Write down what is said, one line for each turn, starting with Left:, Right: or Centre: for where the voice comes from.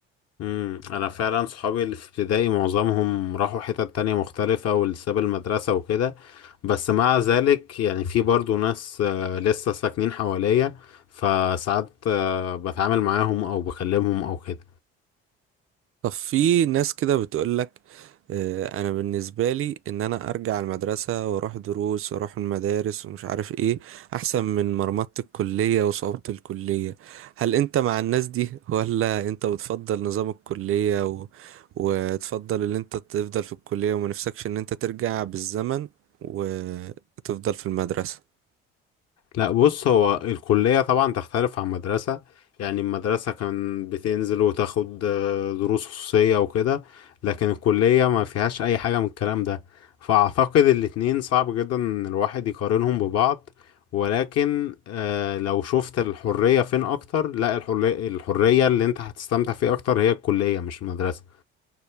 Left: امم انا فعلا صحابي اللي في ابتدائي معظمهم راحوا حتت تانية مختلفة والساب المدرسة وكده بس مع ذلك يعني في برضو ناس آه، لسه ساكنين حواليا فساعات آه، بتعامل معاهم او بكلمهم او كده
Right: طب في ناس كده بتقولك آه، انا بالنسبه لي ان انا ارجع المدرسه واروح دروس واروح المدارس ومش عارف ايه احسن من مرمطه الكليه وصعوبه الكليه هل انت مع الناس دي ولا انت بتفضل نظام الكليه و... وتفضل ان انت تفضل في الكليه وما نفسكش ان انت ترجع بالزمن وتفضل في المدرسه
Left: لا بص هو الكلية طبعا تختلف عن مدرسة يعني المدرسة كان بتنزل وتاخد آه، دروس خصوصية وكده لكن الكلية ما فيهاش أي حاجة من الكلام ده فأعتقد الاتنين صعب جدا إن الواحد يقارنهم ببعض ولكن آه، لو شفت الحرية فين أكتر لا الحرية الحرية اللي أنت هتستمتع فيها أكتر هي الكلية مش المدرسة